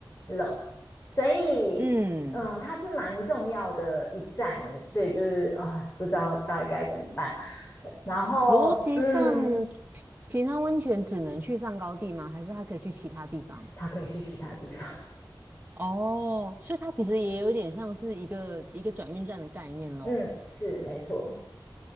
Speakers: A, on the left; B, on the right.
A: 了，所以嗯，
B: 嗯，
A: 它是蛮重要的一站，所以就是啊、呃不知道到底该怎么办。然后嗯，
B: 逻辑上，平平常温泉只能去上高地吗？还是它可以去其他地方？
A: 他可以去其他地方，
B: 哦，所以它其实也有点像是一个一个转运站的概念喽。
A: <laughs> 嗯，是没错，